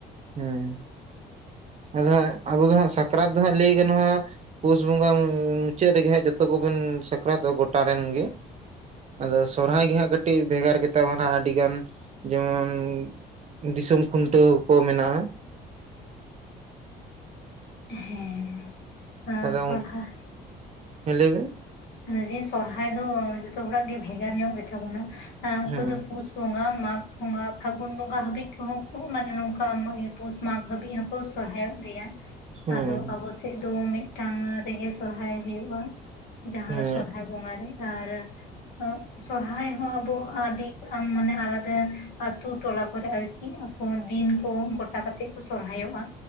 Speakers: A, on the right; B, on the left.
A: ᱦᱮᱸ, ᱟᱫᱚ ᱦᱟᱸᱜ ᱟᱵᱚ ᱫᱚ ᱦᱟᱸᱜ ᱥᱟᱠᱨᱟᱛ ᱫᱚ ᱦᱟᱸᱜ ᱞᱟᱹᱭ ᱜᱟᱱᱚᱜᱼᱟ ᱯᱳᱥ ᱵᱚᱸᱜᱟ ᱢᱩᱪᱟᱹᱫ ᱨᱮᱜᱮ ᱦᱟᱸᱜ ᱡᱚᱛᱚ ᱠᱚᱵᱮᱱ ᱥᱟᱠᱨᱟᱛᱚᱜ ᱜᱚᱴᱟ ᱨᱮᱱ ᱜᱮ᱾ ᱟᱫᱚ ᱥᱚᱨᱦᱟᱭ ᱜᱮ ᱦᱟᱸᱜ ᱠᱟᱹᱴ ᱴᱤᱡ ᱵᱷᱮᱜᱟᱨ ᱜᱮᱛᱟ ᱵᱚᱱᱟ ᱟᱹᱰᱤ ᱜᱟᱱ ᱡᱮᱢᱚᱱ ᱫᱤᱥᱚᱢ ᱠᱷᱩᱱᱴᱟᱹᱣ ᱠᱚ ᱢᱮᱱᱟᱜᱼᱟ
B: ᱦᱮᱸ
A: ᱟᱫᱚᱢ,
B: ᱥᱚᱨᱦᱟᱭ
A: ᱦᱮᱸ ᱞᱟᱹᱭ ᱢᱮ
B: ᱞᱟᱹᱭ ᱫᱟᱹᱧ ᱥᱚᱨᱦᱟᱭ ᱫᱚ ᱡᱚᱛᱚ ᱦᱚᱲᱟᱜ ᱜᱮ ᱵᱷᱮᱜᱟᱨ ᱧᱚᱜ ᱜᱮᱛᱟ ᱵᱚᱱᱟ ᱟᱨ ᱩᱱᱠᱩ
A: ᱦᱮᱸ
B: ᱫᱚ ᱯᱩᱥ ᱵᱚᱸᱜᱟ ᱢᱟᱜᱽ ᱵᱚᱸᱜᱟ ᱯᱷᱟᱹᱜᱩᱱ ᱵᱚᱸᱜᱟ ᱦᱟᱹᱵᱤᱡ ᱠᱚᱦᱚᱸ ᱠᱩ ᱢᱟᱱᱮ ᱱᱚᱝᱠᱟ ᱯᱩᱥ ᱢᱟᱜᱽ ᱦᱟᱹᱵᱤᱡ ᱦᱚᱸᱠᱚ ᱥᱚᱨᱦᱟᱭᱚᱜ ᱜᱮᱭᱟ᱾
A: ᱦᱮᱸ
B: ᱟᱫᱚ ᱟᱵᱚ ᱥᱮᱫ ᱫᱚ ᱢᱤᱫᱴᱟᱝ ᱨᱮᱜᱮ ᱥᱚᱨᱦᱟᱭ ᱦᱩᱭᱩᱜᱼᱟ᱾ ᱡᱟᱦᱟᱸ
A: ᱦᱮᱸ
B: ᱫᱚ ᱥᱚᱨᱦᱟᱭ ᱵᱚᱸᱜᱟ ᱨᱮ ᱟᱨ ᱟᱸᱜ ᱥᱚᱨᱦᱟᱭ ᱦᱚᱸ ᱟᱵᱚ ᱟᱹᱰᱤ ᱢᱟᱱᱮ ᱟᱞᱟᱫᱟ ᱟᱹᱛᱩ ᱴᱚᱞᱟ ᱠᱚᱨᱮ ᱟᱨᱠᱤ ᱟᱸ ᱠᱳᱱᱳ ᱫᱤᱱ ᱠᱚ ᱜᱚᱴᱟ ᱠᱟᱛᱮᱫ ᱠᱚ ᱥᱚᱨᱦᱟᱭᱚᱜᱼᱟ᱾